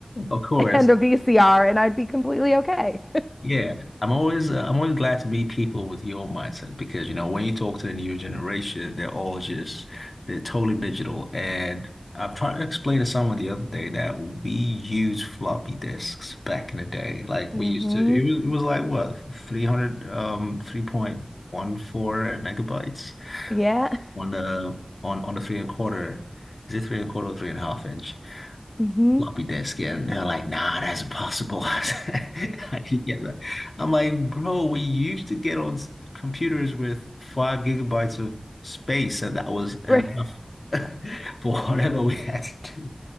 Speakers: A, on the left; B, on the left.
A: Of course.
B: and a VCR, and I'd be completely okay.
A: Yeah, I'm always uh, I'm always glad to meet people with your mindset because you know when you talk to the newer generation, they're all just they're totally digital. And I've tried to explain to someone the other day that we used floppy disks back in the day. Like
B: <laughs>
A: we
B: hmm
A: used to, it was it was like what 300 um 3.14 megabytes
B: Yeah.
A: on the on on the three and a quarter. Is it three and a quarter or three and a half inch?
B: hmm
A: floppy disk and they're like nah that's impossible <laughs> I didn't get that I'm like bro we used to get on s- computers with five gigabytes of space and that was enough
B: <laughs>
A: <laughs> for whatever we had to do